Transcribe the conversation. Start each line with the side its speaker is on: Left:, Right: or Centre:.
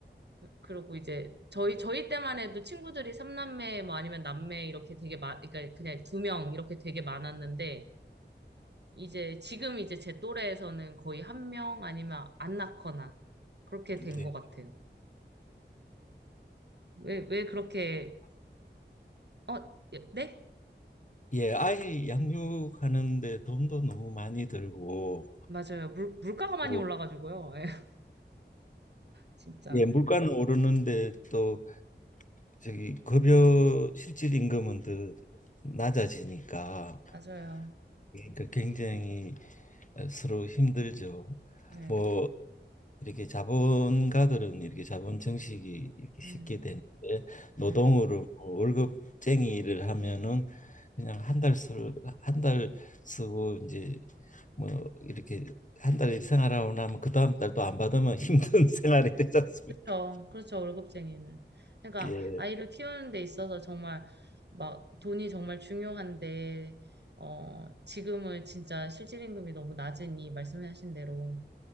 Right: 그리고 이제 저희 저희 때만 해도 친구들이 삼남매뭐 아니면 남매 이렇게 되게 많 그러니까 그냥 두 명 이렇게 되게 많았는데 이제 지금 이제 제 또래에서는 거의 한 명 아니면 안 낳거나 그렇게 된
Left: 네.
Right: 것 같아요. 왜, 왜 그렇게 어, 예, 네?
Left: 예, 아이 양육하는데 돈도 너무 많이 들고,
Right: 맞아요. 물, 물가가 많이
Left: 뭐,
Right: 올라가지고요. 예, <laughs> 진짜.
Left: 예, 물가는 오르는데 또 저기 급여 실질 임금은 더 낮아지니까
Right: 맞아요.
Left: 그러니까 굉장히 서로 힘들죠.
Right: 네.
Left: 뭐 이렇게 자본가들은 이렇게 자본 증식이 이렇게 쉽게
Right: 음,
Left: 되는데 노동으로
Right: 음.
Left: 뭐 월급쟁이 일을 하면은 그냥 한 달 쓰 한달 쓰고 이제 뭐 이렇게 한 달 생활하고 나면 그 다음 달 또 안 받으면 <laughs> 힘든 생활이 되지 않습니까?
Right: 그렇죠. 그렇죠. 월급쟁이는. 그러니까
Left: 예,
Right: 아이를 키우는 데 있어서 정말 막 돈이 정말 중요한데, 어, 지금은 진짜 실질 임금이 너무 낮으니 말씀하신 대로